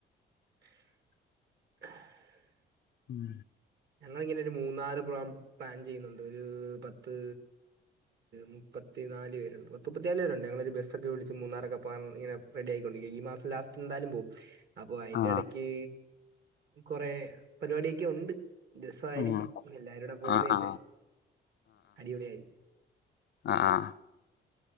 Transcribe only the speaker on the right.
<unintelligible>
ഞങ്ങളിങ്ങനെ ഒരു മൂന്നാറ് പ്ര പ്ലാൻ ചെയ്യുന്നുണ്ട് ഒരു പത്ത് മുപ്പത്തി നാല് പരുണ്ട് പത്തുപ്പത്തിാല് പേരുണ്ട് ഞൊ ബസ് ഒക്കെ വിളി മൂന്നാൊക്കൊ പോകാൻഇങ്ങെ റെഡിയായിക്കൊണ്ടിരിക്ക ഈ മാസം ലാസ്റ്റ് ന്താലും പോവും അപ്പൊ അതിന്റെ
ഇടക്ക് കൊറെ പരിപാടൊക്കെ ഉണ്ട് രസയിരിക്കും
എല്ലാരുടെ പോുന്നല്ലേ
അടിപൊളിയായിരിക്കും